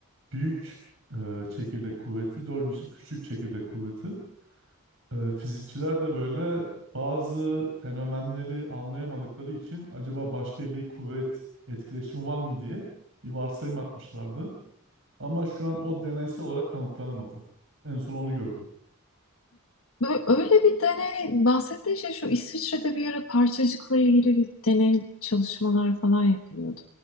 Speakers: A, on the right (about 60°); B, on the left (about 70°).
A: büyük e, çekirdek kuvveti, dördüncüsü küçük çekirdek kuvveti. Ee, fizikçiler de böyle bazı fenomenleri anlayamadıkları için acaba başka bir kuvvet etkileşimi var mı diye bir varsayım atmışlardı. Ama şu an o deneysel olarak kanıtlanamadı. En son onu gördüm.
B: Bö- Öyle bir deney bahsettiğin şey şu İsviçre'de bir ara parçacıkla ilgili bir deney çalışmalar falan yapılıyordu.